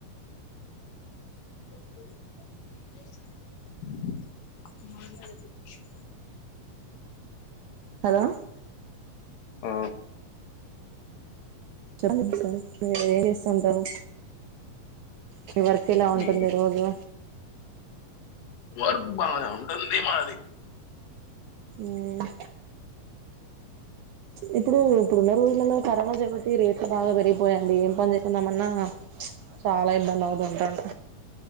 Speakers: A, on the left; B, on the right.
A: అ
B: హలో
A: ఆ
B: చెప్పండి సర్ మీరు ఏం చేస్తుాంటారు మీ వర్క్ ఇలా
A: మీ
B: ఉంటుంది రోజు
A: వర్క్ బానే ఉంటంది మాది
B: ఉమ్ ఇప్పుడు ఇప్పుడున్న రోజులలో కరోనా చేపట్టి రేట్లు బాగా పెరిగిపోయయండి ఏం పని చేకుందామన్నా చాలా ఇబ్బంది అవుతుంటాంన్